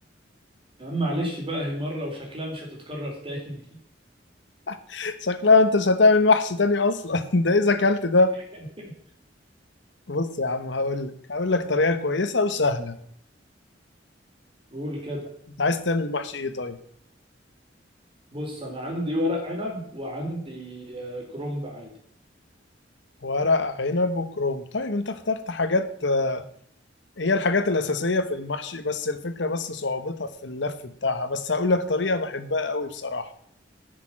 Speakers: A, on the right (about 30°); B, on the left (about 75°).
A: يا عم معلش بقى هي مره وشكلها مش هتتكرر تاني
B: <laughs> شكلها انت مش هتعمل محشي تاني اصلا <laughs> ده اذا اكلت ده
A: <laughs>
B: بص يا عم هقول لك هقول لك طريقة كويسة وسهلة
A: قول كده
B: انت عايز تعمل محشي ايه طيب
A: بص انا عندي ورق عنب وعندي آه، كرنب عادي
B: ورق عنب وكروم طيب انت اخترت حاجات آه، هي الحاجات الأساسية في المحشي بس الفكرة بس صعوبتها في اللف بتاعها بس هقول لك طريقة بحبها قوي بصراحة